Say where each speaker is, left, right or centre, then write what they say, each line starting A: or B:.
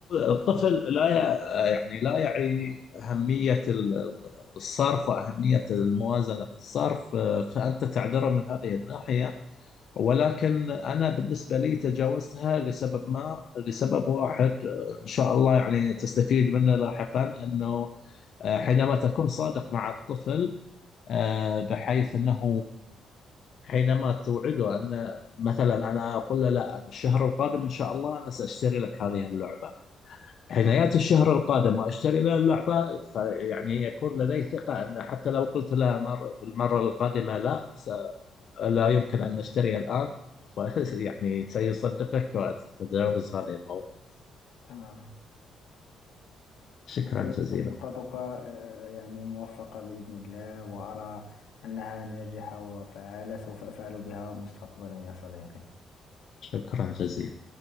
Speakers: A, on the left (about 60°); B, on the left (about 80°).
A: الطفل لا ي- يعني لا يعي أهمية ال- الصرف وأهمية الموازنة في الصرف آه، فأنت تعذره من هذه الناحية ولكن أنا بالنسبة لي تجاوزتها لسبب ما لسبب واحد آه، إن شاء الله يعني تستفيد منه لاحقا أنه آه، حينما تكون صادق مع الطفل آه، بحيث أنه حينما توعده أن مثلا أنا أقول له لا أنا الشهر القادم إن شاء الله أنا سأشتري لك هذه اللعبة عنايات الشهر القادم وأشتري لها اللعبة فيعني يكون لدي ثقة أن حتى لو قلت لها مر في المرة القادمة لا س... لا يمكن أن أشتري الآن ف- <laughs> يعني سيصدقك وتتجاوز هذا الموضوع
B: تمام
A: شكرا
B: يعني
A: جزيلا
B: خططك آه، يعني موفقة بإذن الله وأرى أنها ناجحة وفعالة سوف أفعل بها مستقبلا يا صديقي
A: شكرا جزيلا